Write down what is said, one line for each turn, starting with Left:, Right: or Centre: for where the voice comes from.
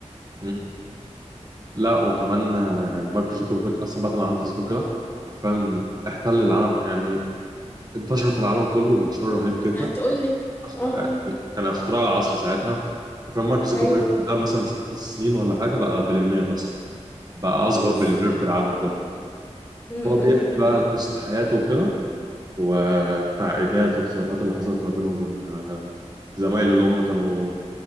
Right: آه... لا وكمان آه، يعني مارك زوكربيرج اصلا بعد ما عمل فيسبوك ده عارفين احتل العالم يعني انتشر في العالم كله بانتشار رهيب جدا
Left: هتقول لي
Right: اخت...
Left: اه
Right: يعني
Left: اه
Right: كان اختراع العصر ساعتها عارفين مارك زوكربيرج
Left: ايوه
Right: ده مثلا ست سنين ولا حاجه بقى بليونير اصلا بقى اصغر
Left: اوف
Right: بليونير في العالم كله
Left: امم
Right: فهو بيحكي بقى قصه حياته وكده والتعقيدات والخلافات اللي حصلت ما بينه وبين آه، زمايله اللي هم كانوا